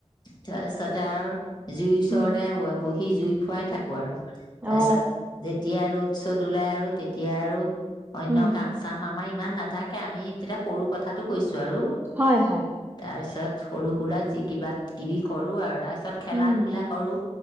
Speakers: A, on the left; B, on the right.
A: তাৰছতে আৰ্‌ জুইৰ ওচৰতে
B: উম
A: ওৱা বৈ ই জুই ফোৱাই থাকোঁ আৰু।
B: অ
A: তাৰছত যেতিয়া ৰ'দ চ'দ ওলাই আৰু তেতিয়া আৰু-অন্য
B: উম
A: কাম-চাম আমাৰ ইমান নাথাকে আমি তেতিয়া সৰু কথাটো কৈছোঁ। আৰু
B: হয় হয়
A: তাৰছত সৰু সুৰা যি কিবা কিবি কৰোঁ আৰু তাৰ ছত খেলা-ধূলা
B: উম
A: কৰোঁ,